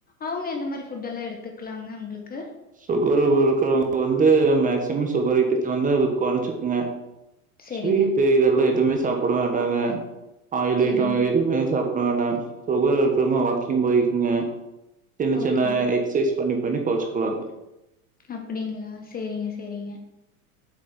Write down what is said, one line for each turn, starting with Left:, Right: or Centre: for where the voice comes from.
Left: அவுங்க எந்த மாரி ஃபுட் எல்லா எடுத்துக்லாங்க அவ்ங்குளுக்கு?
Right: சுகர்வ் இருக்கறவங்க வந்து மேக்சிமம் சுகர் ஐட்டத்தையே வந்து அது கொறச்சு ங்க
Left: சரிங்க,
Right: ஸ்வீட்டு இதெல்லா எதுமே சாப்பட வேண்டாங்க. ஆயில்
Left: சரிங்க.
Right: ஐட்டோ எதுமே சாப்ட வேண்டாங். சுகர் இருக்கறவங்க வாக்கிங் போய்க்குங்க. சின்ன
Left: ஓகேங்க.
Right: சின்ன எக்சைஸ் பண்ணி பண்ணி கொறச்சுக்கலாங்.
Left: அப்டிங்ளா சேரிங்க சேரிங்க.